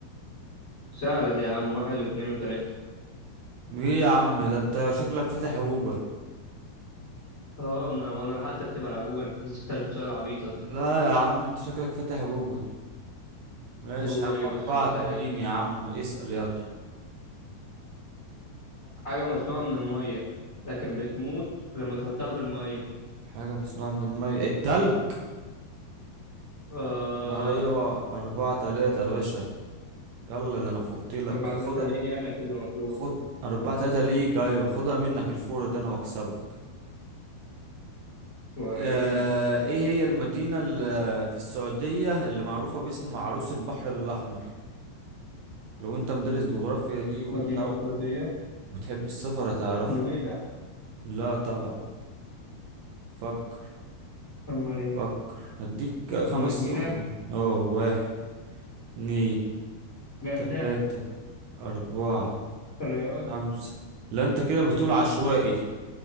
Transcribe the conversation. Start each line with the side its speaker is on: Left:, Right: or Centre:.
Left: سهلة دي يا عم واحد واثنين وثلاثة
Right: ايه يا عم ده انت شكلك فاتح جوجل
Left: اه ما- وانا لحقت اكتب على جوجل انت بتسأل سؤال عبيط اصلا
Right: لا يا عم انت شكلك فاتح جوجل ماشي
Left: جوجل
Right: يا عم
Left: ايه بس
Right: أربعة
Left: وبتاع
Right: اتنين
Left: إيه؟
Right: يا عم اسأل يلا
Left: حاجة مصنوعة من المية لكن بتموت لما تحطها في المية
Right: حاجة مصنوعة من المية التلج
Left: اه
Right: أيوة أربعة تلاتة يا باشا يلا ده أنا فوقتلك
Left: أربعة
Right: خد
Left: ثلاثة ليا أنا كده المفروض
Right: خد أربعة تلاتة ليك أيوة خدها منك الفورة دي أنا وأكسبك
Left: ورينا
Right: آه، ايه هي المدينة اللي في السعودية اللي معروفة باسم عروس البحر الأحمر لو انت مدرس جغرافيا دي وبتاع
Left: مدينة في السعودية
Right: وبتحب السفر هتعرفها
Left: نويبع
Right: لا طبعا فكر
Left: أمال إيه
Right: فكر هديك خمس
Left: مدينة
Right: ثواني اه واحد اتنين
Left: جدة
Right: تلاتة أربعة
Left: الرياض
Right: خمسة لا انت كده بتقول عشوائي